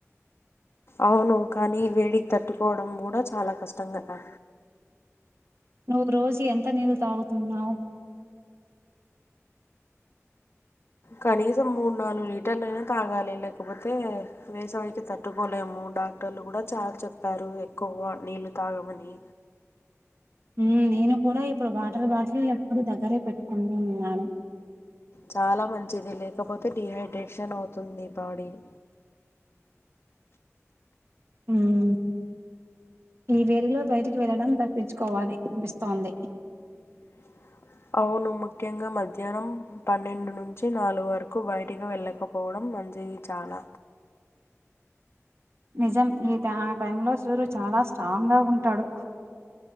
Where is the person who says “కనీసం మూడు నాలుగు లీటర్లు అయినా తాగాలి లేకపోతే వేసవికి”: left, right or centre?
Left